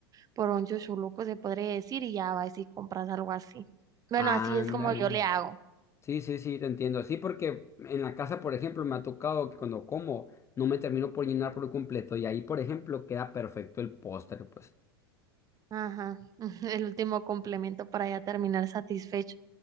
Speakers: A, on the right; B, on the left.
A: por un chuchuluco, se podría decir, y ya vas y compras algo así. Bueno,
B: Ándale.
A: así es como yo le hago.
B: Sí, sí, sí, te entiendo. Sí, porque en la casa, por ejemplo, me ha tocado que cuando como no me termino por llenar por completo y ahí, por ejemplo, queda perfecto el postre, pues.
A: Ajá, <laughs> el último complemento para ya terminar satisfecho.